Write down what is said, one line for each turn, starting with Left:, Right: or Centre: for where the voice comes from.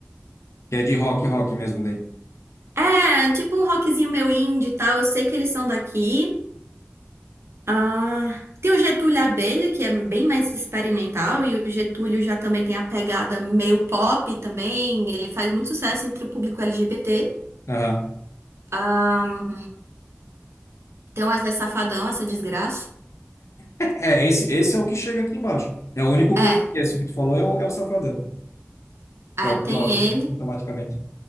Left: Que é de rock, rock mesmo daí.
Right: É, tipo um rockzinho meio indie e tal, eu sei que eles são daqui. Ah, tem o Getúlio Abelha, que é bem mais experimental, e o Getúlio já também tem a pegada meio pop também, ele faz muito sucesso entre o público LGBT.
Left: Aham.
Right: Ah, tem o Wesley Safadão, essa desgraça.
Left: É, esse, esse é o que chega aqui embaixo. É o único
Right: É,
Left: que eu conheço. O que tu falou é o, é o Safadão,
Right: é,
Left: que é o
Right: tem
Left: pior,
Right: ele.
Left: né? Automaticamente.